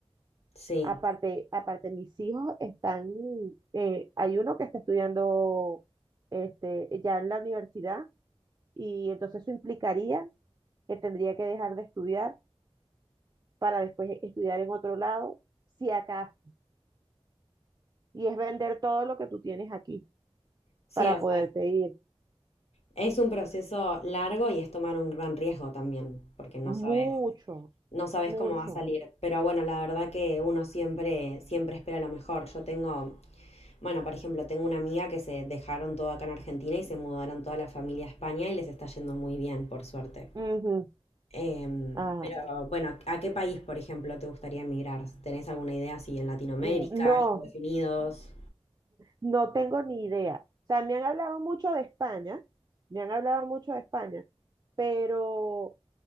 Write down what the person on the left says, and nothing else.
sí.
Sí,
o sea,
es un proceso largo y es tomar un gran riesgo también, porque no sabes,
no sabes
cómo va a salir. Pero bueno, la verdad que uno siempre, siempre espera lo mejor. Yo tengo Bueno, por ejemplo, tengo una amiga que se dejaron todo acá en Argentina y se mudaron toda la familia a España y les está yendo muy bien, por suerte.
Em,
pero bueno, ¿a qué país, por ejemplo, te gustaría emigrar? ¿Tenés alguna idea si en Latinoamérica,
Estados Unidos?